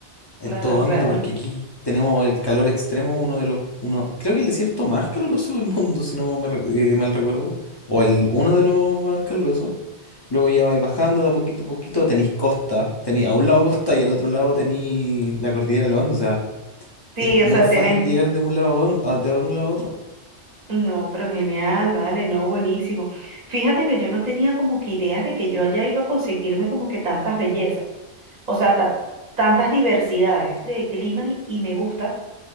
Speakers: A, on the left; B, on the right.
A: en
B: Claro,
A: todo
B: claro.
A: ámbito, porque aquí tenemos el calor extremo, uno de los, uno, creo que el desierto más caluroso del mundo, si no me re- eh, mal recuerdo, o el uno de los más calurosos. Luego ya vais bajando de a poquito a poquito, tenéis costa, tenéis a un lado costa y al otro lado tenéis la cordillera de los Andes, o sea,
B: Sí,
A: es muy
B: o sea,
A: fácil
B: tienes...
A: llegar de un lado a un- a- de un lado a otro.
B: No, pero genial, vale, no, buenísimo. Fíjate que yo no tenía como que ideas de que yo allá iba a conseguirme como que tantas bellezas, o sea, ta- tantas diversidades de climas y, y me gusta